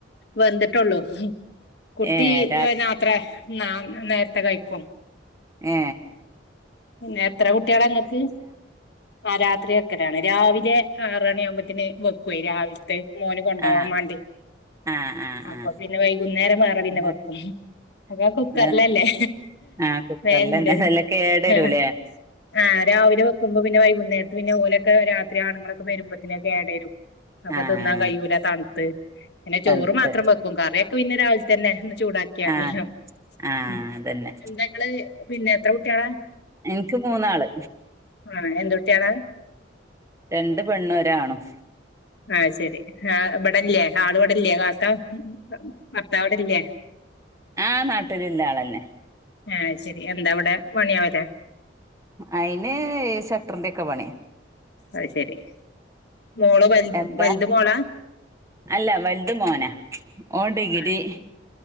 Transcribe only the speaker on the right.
ഏഹ് രാ
ഏ
ആഹ്
ആഹ് ആഹ്
ആഹ്
ഏഹ് ആഹ് കുക്കറിലന്നെ
നല്ല കേടരൂലേ
ആഹ്
തണുത്ത്
ആഹ് ആഹ്
അതന്നെ
എൻക്ക് മൂന്നാള്
രണ്ട് പെണ്ണു ഒരാണും
ആ നാട്ടിലില്ല ആളെന്നെ
അയിന് ഷട്ടറിന്റെ ഒക്കെ പണി
എന്താ
അല്ല വൽത് മോന ഓൻ ഡിഗ്രി